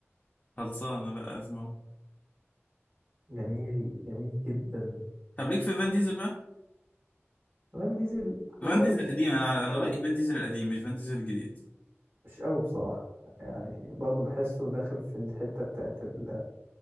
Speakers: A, on the left; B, on the right.
A: خلصانه لا اسمعه
B: جميل جميل جدا
A: طب ليك في فان ديزل بقى
B: فان ديزل والله
A: فان ديزل
B: مش
A: القديم انا
B: مش
A: انا
B: قوي
A: رايي فان ديزل القديم مش فان ديزل الجديد
B: مش قوي بصراحة يعني برضه بحسه داخل في الحتة بتاعت ال